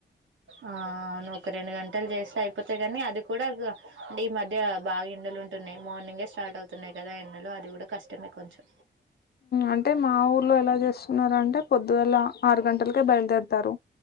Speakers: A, on the right; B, on the left.
A: ఆ అవును ఒక రెండు గంటలు చేస్తే అయిపోతాయి కాని అది కూడా అంటే ఈ మధ్య బాగా ఎండలు ఉంటున్నాయి మార్నింగే స్టార్ట్ అవుతున్నాయి కదా ఎండలు అది కూడా కష్టమే కొంచెం
B: అంటే మా ఊర్లో ఎలా చేస్తున్నార అంటే పొద్దువేల ఆరు గంటల బయలుదేరతారు